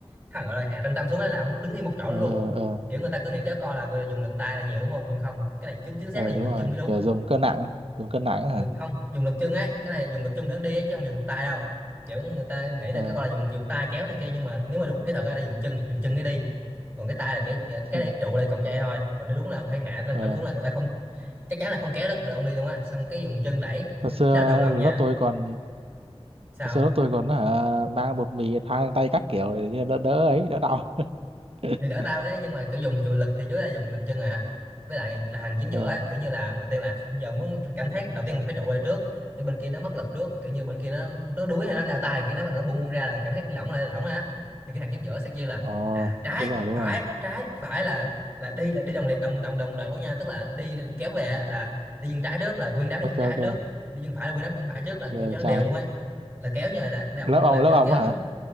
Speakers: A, on the right (about 20°); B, on the right (about 65°).
A: hạ, gọi là hạ trọng tâm xuống ấy là ông đứng yên một chỗ
B: ờ
A: luôn
B: ờ ờ
A: kiểu người ta cứ nghĩ kéo co là gọi là dùng lực tay là nhiều đúng không nhưng không cái này chính chính xác
B: Ờ,
A: là dùng
B: đúng
A: lực
B: rồi
A: chân mới đúng
B: kiểu dùng cân nặng dùng cân nặng
A: dùng
B: á hả
A: lực không dùng lực chân ấy cái này dùng lực chân để đi ấy, chứ không dùng lực tay đâu kiểu người ta nghĩ là
B: ờ
A: cái gọi là dùng dùng tay kéo này kia nhưng mà nếu mà đúng kỹ thuật ấy là dùng chân dùng chân để đi còn cái tay là cái cái
B: ừ.
A: để trụ lại cọng dây thôi còn nếu đúng là ông phải hạ trong
B: ờ
A: trong xuống là người ta không chắc chắn là không kéo được, được ông đi luôn á xong cái dùng chân đẩy
B: hồi
A: nó
B: xưa
A: đồng lòng nha
B: lớp tôi còn
A: sao
B: hồi xưa lớp tôi còn hả mang bột mì thang tay các kiểu để cho đỡ đỡ ấy đỡ đau <laughs>
A: thì đỡ tao đấy nhưng mà kiểu dùng chùi lực thì chủ yếu là dùng lực chân à với lại là hàng chính giữa
B: ờ
A: á, kiểu như là đầu tiên là giờ muốn cảm thấy đầu tiên mình phải trụ lại trước cho bên kia nó mất lực trước kiểu như bên kia nó nó đuối hay nó đau tay kia nó nó buông ra là cảm thấy lỏng lại lỏng á thì cái hàng chính giữa sẽ kêu là
B: ồ
A: à trái
B: đúng rồi đúng
A: phải
B: rồi
A: trái phải là là đi là đi đồng liệt đồng đồng đồng loạt luôn nha tức là đi kéo về là đi chân trái trước là nguyên đám đi
B: ok
A: chân trái
B: ok
A: trước đi chân phải là nguyên đám chân phải trước là
B: nghe
A: kiểu
B: vậy
A: cho nó
B: trai
A: đều luôn ấy là kéo như là là,
B: lớp
A: là
B: ông lớp
A: kiểu
B: ông
A: kéo
B: á hả